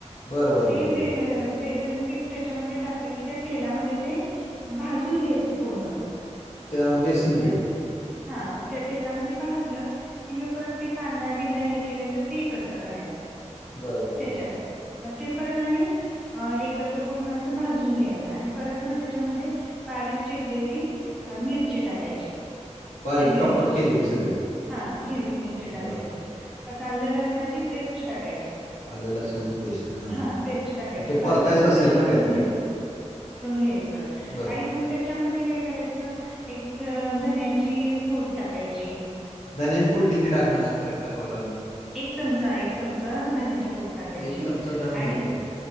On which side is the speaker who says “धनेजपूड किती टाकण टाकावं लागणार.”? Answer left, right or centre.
Left